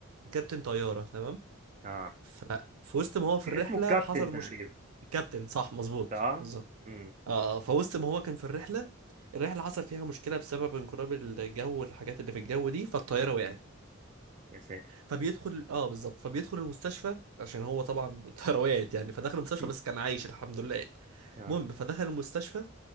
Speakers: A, on the right; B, on the right.
A: كابتن طياره تمام
B: اه
A: ففي وسط ما هو في
B: كان
A: الرحله
B: اسمه الكابتن
A: حصل
B: تقريبا
A: مش كابتن صح مظبوط
B: اه
A: بالظبط
B: امم
A: اه آه، فوسط ما هو كان في الرحله الرحله حصل فيها مشكله بسبب انقلاب الجو والحاجات اللي في الجو دي فالطياره
B: اه
A: وقعت
B: يا ساتر
A: فبيدخل اه بالظبط فبيدخل المستشفى عشان هو طبعا <laughs> الطياره وقعت يعني فدخل المستشفى
B: <laughs>
A: بس كان عايش الحمد لله يعني.
B: اه
A: المهم فدخل المستشفى